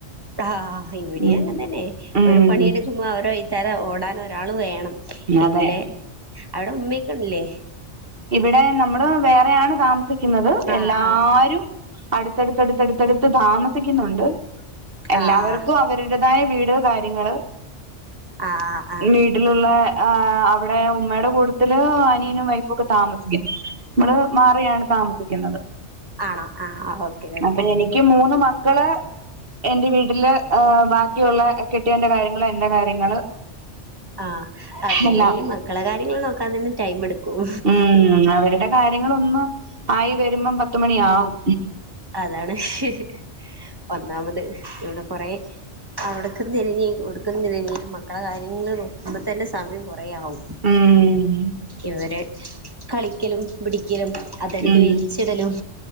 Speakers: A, on the right; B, on the right.
A: ആഹ് ഇവിടെ
B: ഉം
A: അങ്ങനെ തന്നെ
B: ഉം
A: ഒരു പണിയെടുക്കുമ്പോ അവരോ <unintelligible> ഓടാൻ ഒരാൾ വേണം എങ്കിലെ
B: അതെ
A: അവിടെ ഉമ്മക്കണല്ലേ
B: ഇവിടെ നമ്മള് വേറെയാണ് താമസിക്കുന്നത്
A: ആഹ്
B: എല്ലാരും അടുത്തടുത്തടുത്തടുത്തടുത്ത് താമസിക്കുന്നൊണ്ട്. എല്ലാവർക്കും
A: ആഹ് ആഹ്
B: അവരുടേതായ വീട്. കാര്യങ്ങള്.
A: ആഹ് ആഹ് ആഹ്
B: <unintelligible> വീട്ടിലൊള്ള ആഹ് അവെടെ ഉമ്മേടെ കൂട്ടത്തില് അനിയനും വൈഫും ഒക്കെ താമസിക്കണ്‌. നമ്മള് മാറിയാണ് താമസിക്കുന്നത്.
A: ആഹ്‌ ആഹ്‌ ഓക്കേ ഓക്കെ.
B: അപ്പൊ എനിക്ക് മൂന്ന് മ മക്കള്, എന്റെ വീട്ടില് ബാക്കിയൊള്ള കെട്ടിയവെന്റെ കാര്യങ്ങള് എന്റെ കാര്യങ്ങള്.
A: ആഹ്, അതെല്ലേയി
B: എല്ലാം.
A: മക്കളെ കാര്യങ്ങള് നോക്കാൻ തന്നെ ടൈമെടുക്കും.
B: ഉം അവരുടെ കാര്യങ്ങളൊന്ന് ആയി വെരുമ്പം പത്തുമണിയാകും.
A: അതാണ് ഷെ. ഒന്നാമത് ഇവെടെ കൊറെ. അവിടക്കനിലഞ്ഞ് ഇവിടുക്കുനിലഞ്ഞ് മക്കടെ കാര്യങ്ങള് നോ പ്പത്തന്നെ സമയം കൊറെയാവും.
B: ഉം
A: ഇവരെ. കളിക്കലും പിടിക്കലും. അതെടുത്ത്
B: ഉം
A: വേയ്ച്ചിടലും.